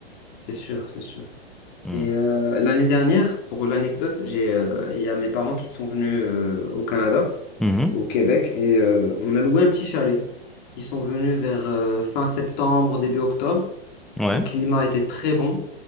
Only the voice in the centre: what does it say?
Mm.
Mhm.
Ouais.